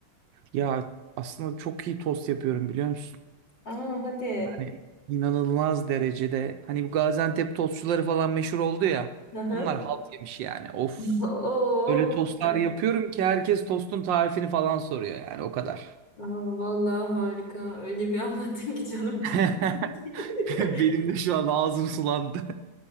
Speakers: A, on the right (about 70°); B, on the left (about 55°).
A: Ya aslında çok iyi tost yapıyorum biliyor musun?
B: Aa hadi.
A: Hani inanılmaz derecede. Hani bu Gaziantep tostçuları falan meşhur oldu ya.
B: Aha.
A: Onlar halt yemiş yani. Of.
B: <laughs> Oo,
A: Öyle tostlar
B: süper.
A: yapıyorum ki herkes tostun tarifini falan soruyor yani o kadar.
B: aa, vallahi harika. Öyle bir anlattın ki canım
A: <laughs>
B: ciddi. <laughs>
A: Benim de şu an ağzım sulandı.